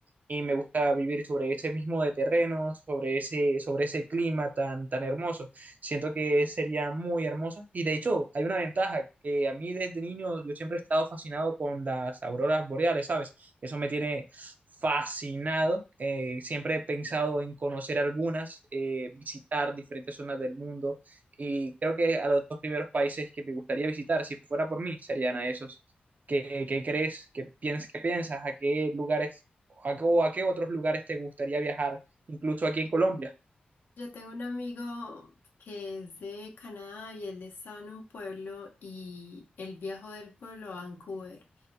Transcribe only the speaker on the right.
y me gusta vivir sobre ese mismo de terreno, sobre ese, sobre ese clima tan, tan hermoso. Siento que sería muy hermosa y de hecho hay una ventaja que a mí desde niño yo siempre he estado fascinado con las auroras boreales, ¿sabes? Eso me tiene fascinado, eh, siempre he pensado en conocer algunas, eh, visitar diferentes zonas del mundo y creo que a los dos primeros países que me gustaría visitar, si fuera por mí, serían a esos. ¿Qué, qué crees? ¿Qué piensas? ¿Qué piensas? ¿A qué lugares a, qué- o a qué otros lugares te gustaría viajar? Incluso aquí en Colombia.